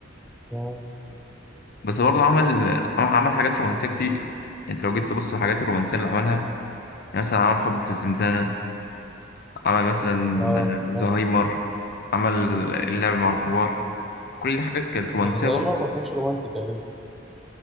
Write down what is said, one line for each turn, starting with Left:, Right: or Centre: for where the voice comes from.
Centre: مم،
Left: بس برضه عمل عمل حاجات رومانسية كتير أنت لو جيت تبص الحاجات الرومانسية اللي عملها يعني مثلا عمل حب في الزنزانة عمل مثلا
Centre: اه ناس
Left: زهايمر عمل اللعب مع الكبار كل دي حاجات كانت رومانسية
Centre: بس زايمر
Left: برضه
Centre: ما كانش رومانسي تقريبا